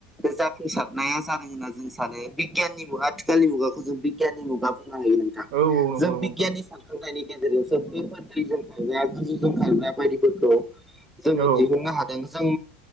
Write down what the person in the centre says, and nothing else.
बे जाफुंसारनाया जादों होनना जों सानो बिगियाननि मुगा आथिखालनि मुगाखौ जों बिगियाननि मुगा बुंनो हायो नोंथां।
जों
बिगियान
हिसाबै अथाइनि गेजेरजोंसो बैफोर दैजों खारग्रा गोजौजों खारग्रा बायदिफोरखौ
जोङो
दिहुननो हादों। जों